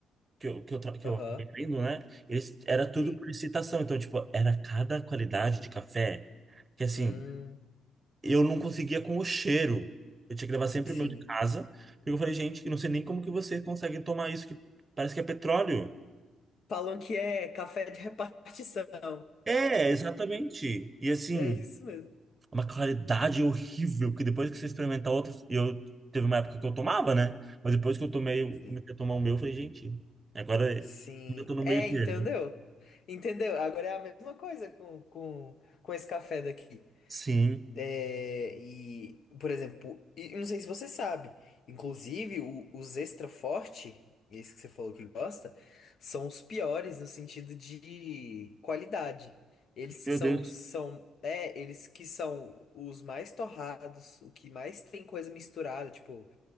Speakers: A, on the right (about 25°); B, on the left (about 60°).
A: que eu, que eu, tra- que
B: Aham.
A: eu acabei tendo, né? Eles, era tudo
B: Sim.
A: por licitação, então tipo, era cada qualidade de café que assim,
B: Hum,
A: eu não conseguia com o cheiro. Eu tinha que levar sempre
B: sim.
A: o meu de casa, porque eu falei, gente, eu não sei nem como que vocês conseguem tomar isso que parece que é petróleo.
B: Falam que é café de repartição.
A: É, exatamente. E assim,
B: É isso mesmo.
A: uma claridade horrível que depois que você experimentar outras, eu teve uma época que eu tomava, né? Mas depois que eu tomei, eu
B: Sim.
A: comecei a tomar o meu, eu falei, gente, agora
B: Sim,
A: eu tô no
B: é,
A: meio
B: entendeu?
A: termo.
B: Entendeu? Agora é a mesma coisa com, com, com esse café daqui.
A: Sim.
B: É, e, por exemplo, e eu não sei se você sabe, inclusive o- os extra forte, esse que você falou que gosta, são os piores no sentido de qualidade. Eles
A: Meu
B: que são,
A: Deus.
B: são, é, eles que são os mais torrados, o que mais tem coisa misturada, tipo